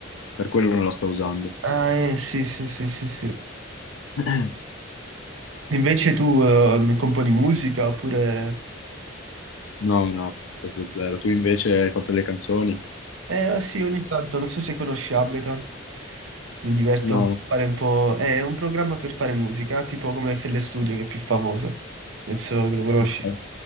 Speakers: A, on the left; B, on the right.
A: Per quello non la sto usando.
B: Ah, eh, sì, sì, sì, sì, sì.
A: <clears throat>
B: Invece tu eh, componi musica oppure...
A: No, no, proprio zero. Tu invece hai fatto le canzoni?
B: Eh sì, ogni tanto, non so se conosci Ableton, mi diverto
A: No,
B: un po'
A: no.
B: a fare un po'... È un programma per fare musica, tipo come FL Studio che è più famoso, penso che lo conosci.
A: Ok.